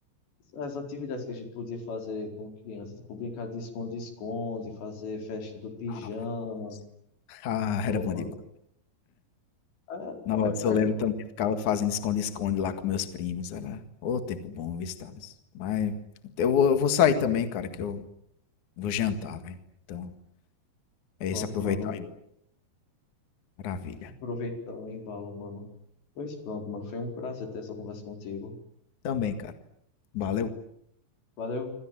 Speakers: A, on the left; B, on the left.
A: as atividades que a gente podia fazer com criança, tipo brincar de esconde-esconde, fazer festa do pijama.
B: <laughs> Ah,
A: Pô,
B: era bom
A: mano.
B: demais.
A: a-
B: Nossa,
A: a-
B: eu lembro
A: a-
B: também, ficava fazendo esconde-esconde lá com meus primos, era ô tempo bom, viu, Thales. Mas eu vou eu vou sair também, cara, que eu vou jantar, velho. Então, é
A: Pronto,
B: isso, aproveitar,
A: mano.
B: hein. Maravilha.
A: Aproveitar o embalo, mano. Pois pronto, mano. Foi um prazer ter essa conversa contigo.
B: Também, cara. Valeu.
A: Valeu.